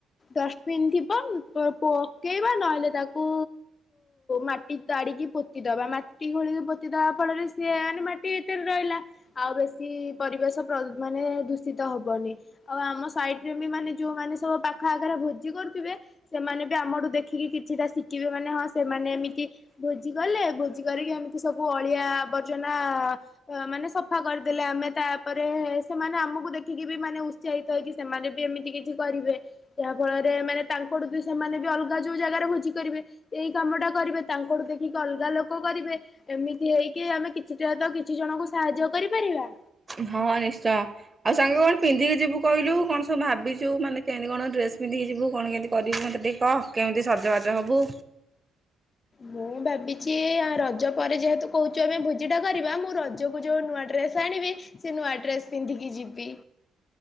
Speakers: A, on the left; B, on the right.
A: ଡଷ୍ଟପିନ୍ ଥିବ ପକେଇବା ନହେଲେ ତାକୁ ମା ଟି ତାଡ଼ିକି ପୋତିଦବା ମାଟି ଘୋଳିକି ପୋତି ଦବା ଫଳରେ ସିଏ ମାନେ ମାଟି ଭିତରେ ରହିଲା ଆଉ ବେଶୀ ପରିବେଶ ପ୍ର ମାନେ ଦୂଷିତ ହେବନି ଆଉ ଆମ ସାଇଟ୍ ରେ ବି ମାନେ ଯଉମାନେ ସବୁ ପାଖ ଆଖରେ ଭୋଜି କରୁଥିବେ ସେମାନେ ବି ଆମଠୁ ଦେଖିକି କିଛିଟା ଶିଖିବେ ମାନେ ହଁ ସେମାନେ ଏମିତି ଭୋଜି କଲେ ଭୋଜି କରିକି ଏମିତି ସବୁ ଅଳିଆ ଆବର୍ଜନା ମାନେ ସଫା କରିଦେଲେ ଆମେ ତାପରେ ସେମାନେ ଆମକୁ ଦେଖିକି ବି ମାନେ ଉତ୍ସାହିତ ହେଇକି ସେମାନେ ବି ଏମିତି କିଛି କରିବେ ଯାହା ଫଳରେ ମାନେ ତାଙ୍କଠୁ ବି ସେମାନେ ବି ଅଲଗା ଯୋଉ ଜାଗାରେ ଭୋଜି କରିବେ ଏଇ କାମ ଟା କରିବେ। ତାଙ୍କଠୁ ଦେଖିକି ଅଲଗା ଲୋକ କରିବେ ଏମିତି ହେଇକି ଆମେ କିଛିଟା ତ କିଛି ଜଣଙ୍କୁ ସାହାଯ୍ୟ କରିପାରିବା।
B: ହଁ ନିଶ୍ଚୟ ଆଉ ସାଙ୍ଗେ କଣ ପିନ୍ଧିକି ଯିବୁ କଇଲୁ କଣ ସବୁ ଭାବିଚୁ ମାନେ କେମତି କଣ ଡ୍ରେସ ପିନ୍ଧିକି ଯିବୁ କଣ କେମିତି କରିବୁ ମତେ ଟିକେ କଅ କେମିତି ସଜବାଜ ହବୁ।
A: ମୁଁ ଭାବିଚି ଆ ରଜ ପରେ ଯେହେତୁ କୋହୁଚୁ ଆମେ ଭୋଜିଟା କରିବା ମୁଁ ରଜକୁ ଯୋଉ ନୂଆ ଡ୍ରେସ ଆଣିବି ସେ ନୂଆ ଡ୍ରେସ ପିନ୍ଧିକି ଯିବି।